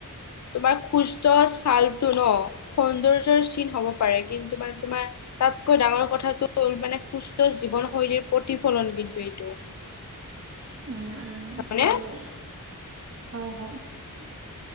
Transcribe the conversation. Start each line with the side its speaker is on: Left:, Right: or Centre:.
Left: তোমাৰ সুস্থ ছালটো ন' সৌন্দৰ্যৰ চিন হব পাৰে কিন্তু মানে তোমাৰ তাতকৈ ডাঙৰ কথাটো হ'ল মানে সুস্থ জীৱনশৈলীৰ প্ৰতিফলন কিন্তু এইটো।
Right: <unintelligible>
Left: হয়নে
Right: হয়- হয় আৰু